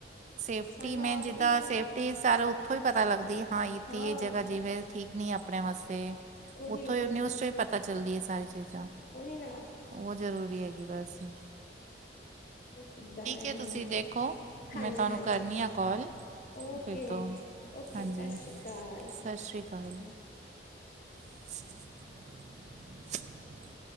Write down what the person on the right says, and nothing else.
ਸੇਫਟੀ,
ਮੈਂ
ਜਿੱਦਾਂ
ਸੇਫ ਟੀ, ਸਾਰੀ ਉੱਥੋਂ ਹੀ ਪਤਾ ਲੱਗਦੀ ਏ, ਹਾਂ ਇੱਥੇ
ਇਹ ਜਗ੍ਹਾ ਜਿਵੇਂ ਠੀਕ ਨਹੀਂ ਆਪਣੇ ਵਾਸਤੇ।
ਉੱਥੋਂ ਹੀ ਨਿਊਜ਼ ਚੋ ਹੀ ਪਤਾ ਚੱਲਦੀ ਏ, ਸਾਰੀ ਚੀਜ਼ਾਂ।
ਉਹ ਜ਼ਰੂਰੀ ਹੈਗੀ, ਬਸ ਹੀ
ਹੈ ਤੁਸੀਂ
ਦੇਖੋ ਮੈਂ
ਤੁਹਾਨੂੰ
ਕਰਨੀ ਆ ਕਾਲ
ਫਿਰ ਤੋਂ
ਹਾਂਜੀ
ਸਤਿ ਸ਼੍ਰੀ ਅਕਾਲ
<unintelligible>